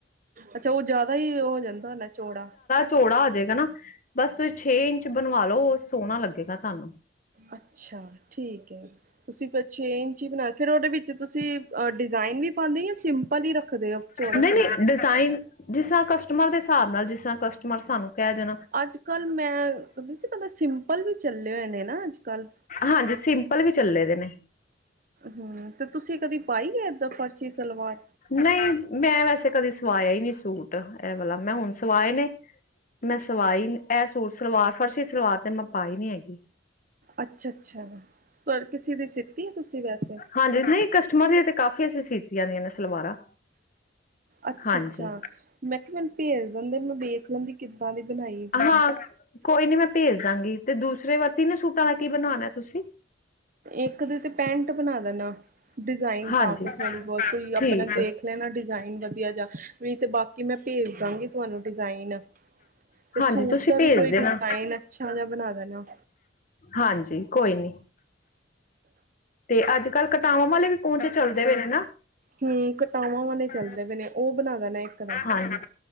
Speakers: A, on the right; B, on the left.
A: ਅੱਛਾ, ਉਹ ਜ਼ਿਆਦਾ ਹੀ ਹੋ ਜਾਂਦਾ ਨਾ ਚੌੜਾ।
B: ਚੋੜਾ ਹੋ ਜੇਗਾ ਨਾ, ਬਸ ਤੁਸੀਂ ਛੇ ਇੰਚ ਬਣਵਾ ਲੋ, ਸੋਹਣਾ ਲੱਗੇਗਾ ਤੁਹਾਨੂੰ।
A: ਅੱਛਾ, ਠੀਕ ਐ। ਤੁਸੀਂ ਫਿਰ ਛੇ ਇੰਚੀ ਬਣਾ ਕੇ ਫਿਰ ਉਹਦੇ ਵਿੱਚ ਤੁਸੀਂ ਡਿਜ਼ਾਇਨ ਵੀ ਪਾਂਦੇ ਹੋ, ਜਾਂ ਸਿੰਪਲ ਹੀ ਰੱਖਦੇ ਹੋ। ਚੌੜਾ
B: ਨਹੀਂ-
A: ਪੋਂਚਾ
B: ਨਹੀਂ, ਡਿਜ਼ਾਇਨ ਜਿਸ ਤਰ੍ਹਾਂ ਕਸਟਮਰ ਦੇ ਹਿਸਾਬ ਨਾਲ, ਜਿਸ ਤਰ੍ਹਾਂ ਕਸਟ ਕਸਟਮਰ ਸਾਨੂੰ ਕਹਿ ਜਾਣ
A: ਅੱਜ-ਕੱਲ੍ਹ, ਮੈਂ ਪਤਾ ਸਿੰਪਲ ਵੀ ਚੱਲੇ ਹੋਏ ਨੇ ਨਾ ਅੱਜ- ਕੱਲ੍ਹ।
B: ਹਾਂਜੀ, ਸਿੰਪਲ ਵੀ ਚੱਲੇ ਦੇ ਨੇ।
A: ਹੂੰ, ਤੇ ਤੁਸੀਂ ਕਦੀ ਪਾਈ ਐ ਏਦਾਂ ਫਰਸ਼ੀ ਸਲਵਾਰ।
B: ਨਹੀਂ, ਮੈਂ ਵੈਸੇ ਕਦੇ ਸਵਾਇਆ ਹੀ ਨਹੀਂ ਸੂਟ ਇਹ ਵਾਲਾ, ਮੈਂ ਹੁਣ ਸਵਾਏ ਨੇ। ਮੈਂ ਸਵਾਈ ਨੀ ਐਹ ਸੂਟ ਸਲਵਾਰ, ਫਰਸ਼ੀ ਸਲਵਾਰ ਤੇ ਮੈਂ ਪਾਈ ਨੀ ਹੈਗੀ।
A: ਅੱਛਾ- ਅੱਛਾ, ਪਰ ਕਿਸੇ ਦੀ ਸਿੱਤੀ ਐ, ਤੁਸੀਂ ਵੈਸੇ।
B: ਹਾਂਜੀ, ਨਹੀਂ ਕਸਟਮਰ ਦੀਆਂ ਤੇ ਕਾਫ਼ੀ ਅਸੀਂ ਸੀਤੀਆਂ ਦੀਆਂ ਨੇ ਸਲਵਾਰਾਂ।
A: ਅੱਛਾ-
B: ਹਾਂਜੀ
A: ਅੱਛਾ। ਮੈਂ ਕਿਹਾ ਮੈਨੂੰ ਭੇਜ ਦਿੰਦੇ ਮੈਂ ਵੇਖ ਲੈਂਦੀ ਕਿੱਦਾਂ ਦੀ ਬਣਾਈ ਤੁਸੀਂ
B: ਹਾਂ ਕੋਈ ਨੀ ਮੈਂ ਭੇਜ ਦਾਂਗੀ ਤੇ ਦੂਸਰੇ ਵ ਤਿੰਨੇ ਸੂਟਾਂ ਦਾ ਕੀ ਬਣਾਉਣਾ ਤੁਸੀਂ
A: ਇੱਕ ਤੇ ਪੈਂਟ ਬਣਾ ਦੇਣਾ ਡਿਜ਼ਾਇਨ
B: ਹਾਂਜੀ
A: ਪਾ ਕੇ ਥੋੜੀ ਬਹੁਤ ਕੋਈ
B: ਠੀਕ
A: ਆਪਣਾ ਦੇਖ ਲੈ ਨਾ ਡਿਜ਼ਾਇਨ ਵਧੀਆ ਜਾ ਵੀ ਤਾਂ ਬਾਕੀ ਕਿ ਮੈਂ ਭੇਜ ਦਾਂਗੀ ਤੁਹਾਨੂੰ ਡਿਜ਼ਾਇਨ ਤੇ ਸੂਟ
B: ਹਾਂਜੀ ਤੁਸੀਂ
A: ਦਾ
B: ਭੇਜ
A: ਵੀ ਕੋਈ
B: ਦੇਣਾ
A: ਡਿਜਾਈਨ ਅੱਛਾ ਜਾ ਬਣਾ ਦੇਣਾ।
B: ਹਾਂਜੀ ਕੋਈ ਨੀ ਤੇ ਅੱਜ ਕੱਲ ਕਟਾਵਾਂ ਵਾਲੇ ਵੀ ਪੋਚੇ ਚੱਲਦੇ ਪਏ ਹੈਨਾ। <unintelligible>
A: ਹੂੰ ਕਟਾਵਾਂ ਵਾਲੇ ਚੱਲਦੇ ਪਏ ਨੇ ਉਹ ਬਣਾ ਦੇਣਾ ਇੱਕ ਦਾ
B: ਹਾਂਜੀ